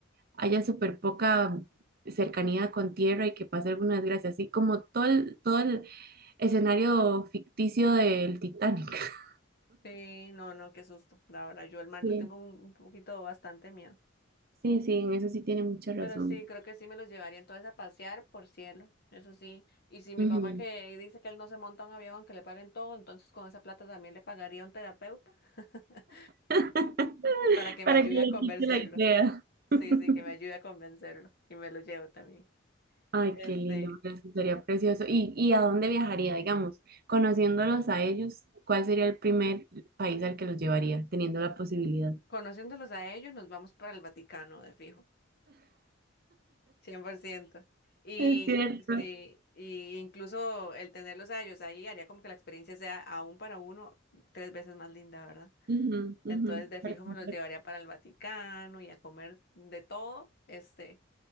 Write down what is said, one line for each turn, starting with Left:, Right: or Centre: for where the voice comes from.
Right: haya súper poca cercanía con tierra y que pase alguna desgracia, así como todo el, todo el escenario ficticio del Titanic. <laughs>
Left: Sí, no, no, qué susto. La verdad, yo al mar
Right: Sí,
Left: le tengo un un poquito bastante miedo.
Right: sí, sí, en eso sí tiene mucha razón.
Left: Pero sí, creo que sí me los llevaría entonces a pasear por cielo, eso sí. Y si mi
Right: Ujú.
Left: papá que dice que él no se monta a un avión aunque le paguen todo, entonces con esa plata también le pagaría a un terapeuta <laughs>
Right: <laughs>
Left: para que
Right: Para
Left: me ayude
Right: que le
Left: a convencerlo.
Right: quite la idea.
Left: Sí,
Right: <laughs>
Left: sí, que me ayude a convencerlo y me lo llevo también.
Right: Ay,
Left: Este,
Right: qué lindo, pero eso sería precioso. ¿Y, y a dónde viajaría, digamos? Conociéndolos a ellos, ¿cuál sería el primer país al que los llevaría, teniendo la posibilidad?
Left: conociéndolos a ellos, nos vamos para el Vaticano, de fijo, 100%. Y
Right: Es cierto.
Left: sí, y incluso el tenerlos a ellos ahí haría como que la experiencia sea aún para uno tres veces más linda, ¿verdad?
Right: Ujú, ujú.
Left: Entonces, de
Right: Para
Left: fijo
Right: comprar.
Left: me los llevaría para el Vaticano y a comer de todo, este,